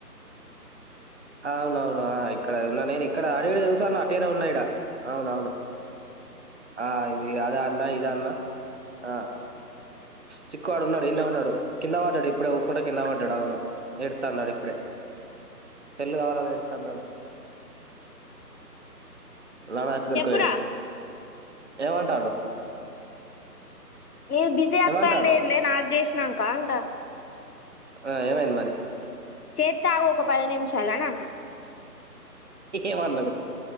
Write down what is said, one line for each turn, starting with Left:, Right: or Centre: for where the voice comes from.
Right: అవునవును ఇక్కడ ఉన్నా నేను ఇక్కడ అటు ఇటు తిరుగుతాన వట్టిగనే ఉన్న ఈడ అవునవును ఆ ఇది అదా అన్న ఇద అన్న ఆ చిక్కుగాడు ఉన్నాడు ఈడ్నే ఉన్నడు కింద పడ్డడు ఇప్పుడే ఉరుక్కుంట కింద పడ్డడు అవును ఎడుతాండు ఇప్పుడే సెల్ కావాలని ఎడుతాండు నాన్న దగ్గరకి
Left: చెప్పురా
Right: పోయిండు ఏమంటాడు
Left: నీది బిజీ వస్తాందేందే
Right: ఏమంటాడు
Left: నాకు చేసినాంక అంటాడు
Right: ఆ ఏమైంది మరి
Left: చెత్తాగు ఒక పది నిమిషాలని అన్నా
Right: ఏమన్నాడు